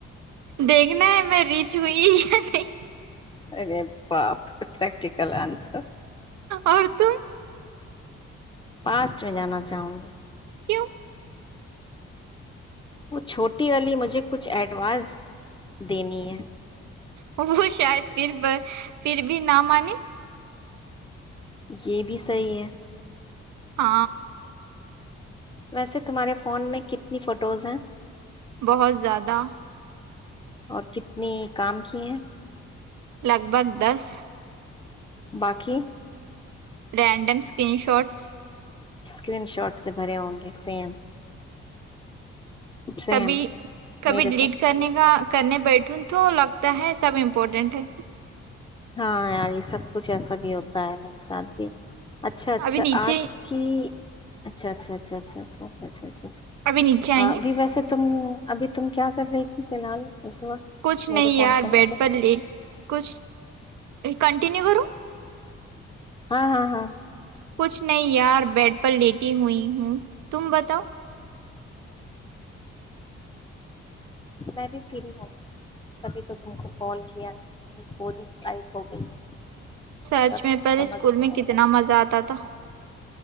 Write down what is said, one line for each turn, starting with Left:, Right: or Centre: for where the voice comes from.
Right: دیکھنا ہے میں ریچ ہوئی یا نہیں
Left: ارے باپ پریکٹیکل آنسر
Right: اور ت
Left: پاسٹ میں جانا چاہوں گی
Right: کیوں
Left: وہ چھوٹی والی مجھے کچھ ایڈواز دین ہے
Right: وہ شاید پھر پھر بھی نہ مان
Left: یہ بھی صحیح ہے
Right: ہ
Left: ویسے تمہارے فون میں کتنی فوٹوز ہیں
Right: بہت زیادہ
Left: اور کتنی کام کیے
Right: لگ بھگ دس
Left: باقی
Right: random screen shots
Left: screen shot سے بھرے ہوں گے سیم سیم
Right: کبھی کبھی
Left: میرے
Right: ڈیلیٹ
Left: سب
Right: کرنے کا کرنے بیٹھوں تو لگتا ہے سب امپورٹینٹ ہے
Left: ہاں یار یہ سب کچھ ایسا بھی ہوتا ہے میرے ساتھ بھی اچھا اچھا
Right: ابھی نیچے
Left: آج کی اچھا اچھا اچھا اچھ اچھچ اچھاچا
Right: ابھی نیچے آئیں
Left: اا ابھی
Right: گے
Left: ویسے تم ابھی تم کیا کر رہی تھی فی الحال اس وقت
Right: کچھ
Left: میرے
Right: نہیں
Left: فون
Right: یار
Left: کرنے
Right: بیڈ
Left: سے
Right: پر لی کچھ کنٹیینیو کرو
Left: ہاں ہاں ہاں
Right: پچھ نہیں یار بیڈ پر لیٹی ہوئی ہوں تبتا تو
Left: تو میں بھی فری ہوں کبھی تو تم کو کال کیا پوری نائف ہو گئی ہے
Right: سچ
Left: سب
Right: میں پہلے
Left: سمجھ
Right: اسکول
Left: نہیں
Right: میں
Left: آ
Right: کتنا
Left: رہا
Right: مزہ آتا تھا